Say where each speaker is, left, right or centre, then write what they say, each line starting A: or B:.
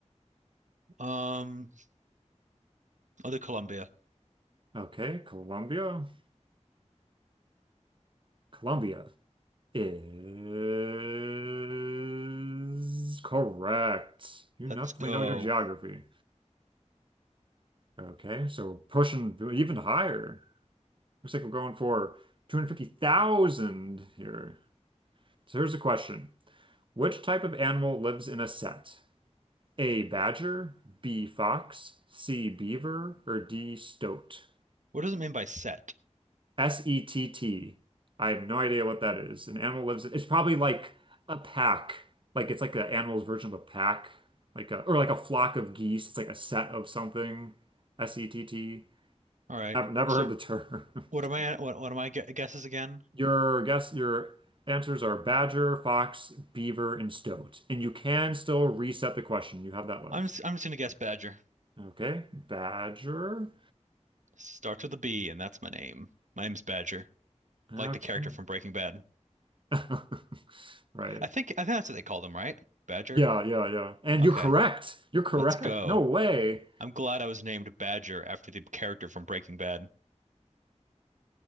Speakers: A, on the right; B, on the right.
A: Um, I'll do Columbia.
B: Okay, Colombia. Colombia is correct. You
A: Let's
B: definitely
A: go.
B: know your geography. Okay, so we're pushing even higher. Looks like we're going for 250,000 here. So here's a question. Which type of animal lives in a set? A badger, B fox, C beaver, or D stoat?
A: What does it mean by set?
B: S-E-T-T. I have no idea what that is. An animal lives it's probably like a pack. Like it's like an animal's version of a pack. Like a or like a flock of geese. It's like a set of something. S-E-T-T.
A: All right.
B: Never, never
A: So
B: heard the term. <laughs>
A: what am I what what am I gu- guesses again?
B: Your guess your answers are badger, fox, beaver, and stoat. And you can still reset the question. You have that left.
A: I'm just, I'm just gonna guess Badger.
B: Okay. Badger.
A: Starts with a B, and that's my name. My name's Badger,
B: Okay.
A: like the character from Breaking Bad.
B: <laughs> Right.
A: I think I think that's what they called him, right? Badger.
B: Yeah, yeah, yeah. And
A: Okay.
B: you're correct. You're correct.
A: Let's go.
B: No way.
A: I'm glad I was named Badger after the character from Breaking Bad.